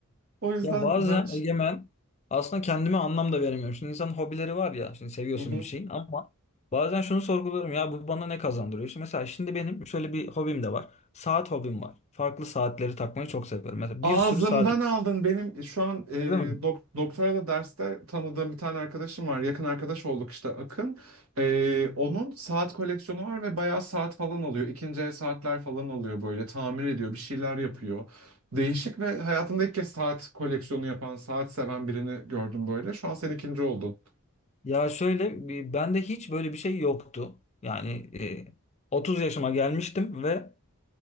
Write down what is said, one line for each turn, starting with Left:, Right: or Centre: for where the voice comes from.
Right: O yüzden...
Left: Ya bazen
Right: na-
Left: Egemen aslında kendime anlam da veremiyorum. Şimdi insanın hobileri var ya. Şimdi seviyorsun
Right: Hı hı.
Left: bir şeyin ama bazen şunu sorguluyorum. Ya bu bana ne kazandırıyor? Şimdi mesela şimdi benim şöyle bir hobim de var. Saat hobim var. Farklı saatleri takmayı çok seviyorum. Mesela
Right: Ağzımdan
Left: bir sürü saat
Right: aldın. Benim e, şu an e,
Left: Öyle mi?
Right: dok- doktora da derste tanıdığım bir tane arkadaşım var. Yakın arkadaş olduk işte Akın. E, onun saat koleksiyonu var ve bayağı saat falan alıyor. İkinci el saatler falan alıyor böyle. Tamir ediyor, bir şeyler yapıyor. Değişik ve hayatımda ilk kez saat koleksiyonu yapan, saat seven birini gördüm böyle. Şu an sen ikinci oldun.
Left: Ya şöyle bir- bende hiç böyle bir şey yoktu. Yani e, 30 yaşıma gelmiştim ve